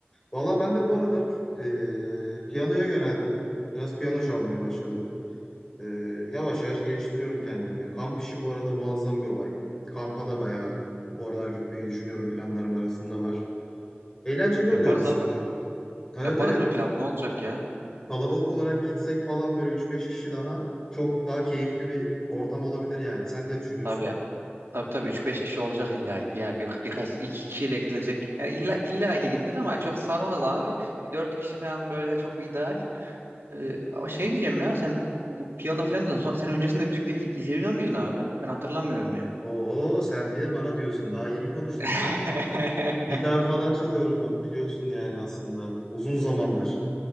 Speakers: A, on the left (about 15°); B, on the right (about 75°).
A: Valla ben de bu aralar e, piyanoya yöneldim. Biraz piyano çalmaya başladım. E, yavaş yavaş geliştiriyorum kendimi. Kamp işi bu arada muazzam bir olay. Kampa da bayağı bu aralar gitmeyi düşünüyorum planlarım arasında var. Eğlenceli
B: Yaparız
A: oluyor aslında.
B: abi
A: Evet
B: yaparız
A: evet
B: bir plan ne olacak ya?
A: Kalabalık olarak gitsek falan böyle üç beş kişi daha çok daha keyifli bir ortam olabilir yani. Sen ne düşünüyorsun?
B: Tabii tabii tabii üç beş kişi olacak illa ki ya bir, birkaç iki kişiyle gidilecek. Yani illa illa ki gidilir ama çok sarmaz abi. Bir 4 kişi falan böyle çok ideal. Ee, ama şey diyeceğim ya sen bu piyano falan dedin. Son- Sen öncesinde müzikle il- ilgileniyor muydun abi? Ben hatırlamıyorum yani.
A: Oo sen bir de bana diyorsun. Daha yeni konuştuk
B: <laughs>
A: ya. Gitar falan çalıyorum ben biliyorsun yani aslında. Uzun zamandır